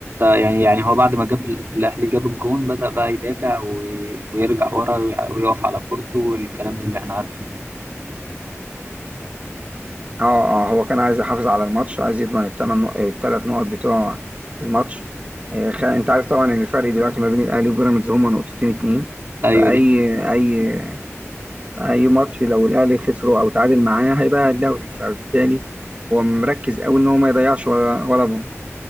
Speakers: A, on the right; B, on the right.
A: يعني يعني هو بعد ما جاب ال- الأهلي جاب الجون بدأ بقى يدافع وي- ويرجع ورا وي- ويقف على كورته والكلام اللي احنا عارفينه
B: اه اه هو كان عايز يحافظ على الماتش عايز يضمن الثمان نق... الثلاث نقط بتوع الماتش آه خ... انت عارف طبعا إن الفرق دلوقتي ما بين الاهلي وبيراميدز هما نقطتين اتنين
A: أيوه
B: فاي
A: دي حقيقة
B: اي اي ماتش لو الاهلي خسره او تعادل معاه هيضيع الدوري فبالتالي هو مركز قوي ان هو ما يضيعش ولا ولا بونت